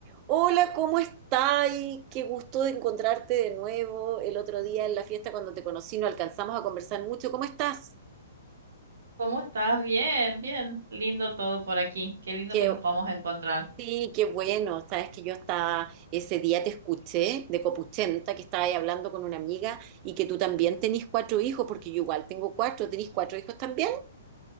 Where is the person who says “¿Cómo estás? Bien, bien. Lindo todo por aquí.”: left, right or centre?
Right